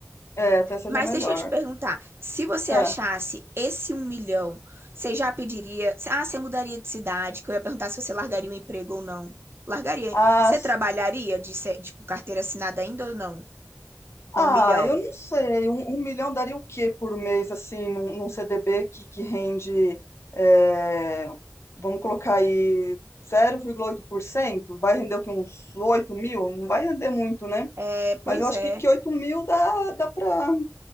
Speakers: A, on the left; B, on the right.
A: É, até seja
B: Mas
A: melhor.
B: deixa eu te perguntar, se você achasse
A: Ah,
B: esse um milhão, você já pediria? Ah, você mudaria de cidade? Que eu ia perguntar se você largaria o emprego ou não. Largaria.
A: ah,
B: Você trabalharia de, ser- tipo, carteira assinada ainda ou não? Com
A: Ah,
B: um milhão?
A: eu não sei. Um, um milhão daria o quê por mês, assim, num, num CDB que, que rende, eh, vamos colocar aí, zero vírgula oito por cento, Vai render o quê? Uns 8 mil? Não vai render muito, né?
B: É, pois
A: Mas eu acho
B: é.
A: que, que 8 mil dá, dá pra.